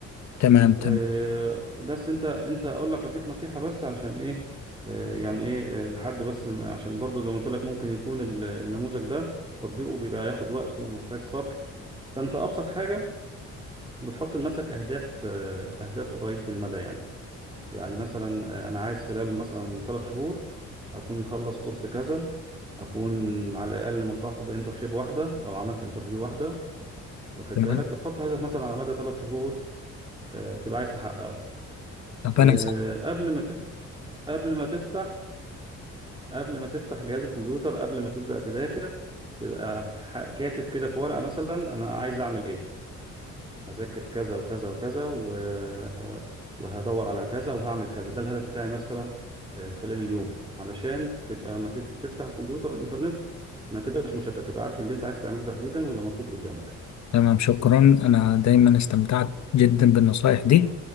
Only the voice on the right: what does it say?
آه، بس انت انت اقول لك اديك نصيحة بس عشان ايه آه، يعني ايه آه، لحد بس م- عشان برضه زي ما قلت لك ممكن يكون ال- النموذج ده تطبيقه بيبقى ياخد وقت ومحتاج صبر فانت ابسط حاجة بتحط لنفسك اهداف آه، اهداف قريبة المدى يعني يعني مثلا آه، انا عايز خلال مثلا ثلاث شهور اكون مخلص كورس كذا اكون على الاقل ملتحق بانترشيب واحده او عملت انترفيو واحده واخد
بالك بتحط هدف مثلا على مدى ثلاث شهور آه، بتبقى عايز تحققه
آه،
قبل ما تفتح قبل ما تفتح قبل ما تفتح جهاز الكمبيوتر قبل ما تبدأ تذاكر تبقى ح- كاتب كده في ورقة مثلا أنا عايز أعمل إيه هذاكر كذا وكذا وكذا و- وهدور على كذا وهعمل كذا ده الهدف بتاعي مثلا آه، خلال اليوم علشان تبقى لما تب- تفتح الكمبيوتر والإنترنت ما تبقاش مشتت تبقى عارف اللي أنت عايز تعمله تحديدا ويبقى مكتوب قدامك